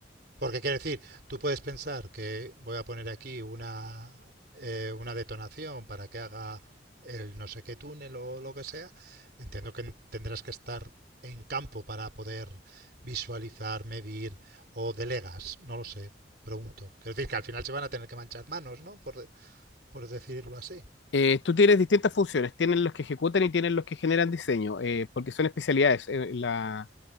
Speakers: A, on the right; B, on the left.
A: Porque quiero decir, tú puedes pensar que voy a poner aquí una, eh, una detonación para que haga el no sé qué túnel o lo que sea. Entiendo que tendrás que estar en campo para poder visualizar, medir o delegas, no lo sé, pregunto. Es decir, que al final se van a tener que manchar manos, ¿no? Por, de- por decirlo así.
B: eh, tú tienes distintas funciones, tienen los que ejecutan y tienen los que generan diseño, eh, porque son especialidades. eh, la,